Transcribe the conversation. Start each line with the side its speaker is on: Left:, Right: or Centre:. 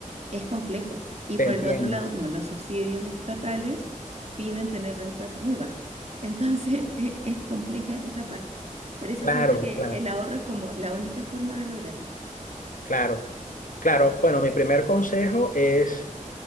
Right: es complejo. Y
Left: te
Right: por
Left: entiendo.
Right: el otro lado, como los subsidios estatales piden tener rentas muy bajas. Entonces, <laughs> e- es, compleja esa parte. Por eso
Left: Claro,
Right: siento que
Left: claro,
Right: el ahorro es como la única forma de lograrlo.
Left: claro. Claro, bueno, mi primer consejo es